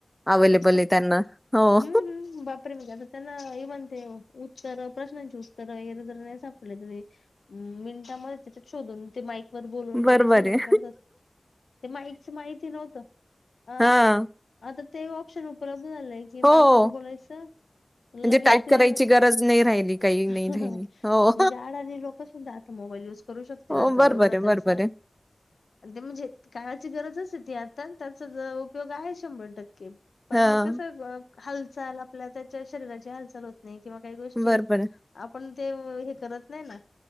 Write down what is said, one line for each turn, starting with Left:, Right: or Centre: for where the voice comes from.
Centre: अवेलेबल
Left: मे
Centre: आहे त्यांना. हो.
Left: हम्म हम्म बापरी मध्ये असता त्यांना येवणव. प्रश्नांची उत्तररे जरी नाही सापडले तरी मिनिटामध्ये त्याच्यात शोधून ते माई. वर बोलून
Centre: बरोबर
Left: लगे शोधून
Centre: आहे.
Left: काढतात ते माईकच माहिती नव्हतं. अ
Centre: हां.
Left: आता ते ऑप्शन उपलब्ध झालंय की
Centre: हो.
Left: मायकून बोलायचं. लगेच
Centre: म्हणजे टाईप
Left: ते
Centre: करायची गरज नाही राहिली, काही नाही
Left: म्हणजे
Centre: राहिली. हो.
Left: आडाने लोक. Mobile use. ू शकतील
Centre: हो,
Left: आता
Centre: बरोबर
Left: एवढं
Centre: आहे,
Left: त्याच
Centre: बरोबर आहे.
Left: ते म्हणजे काळाची गरज असे ती आता. उपयोग आहे शंभर टक्के पण
Centre: हां,
Left: मग कसं. हालचाल आपल्या त्याच्या शरीराची हालचाल होत नाही किंवा काही गोष्टी.
Centre: बरोबर आहे.
Left: पण ते हे करत नाही ना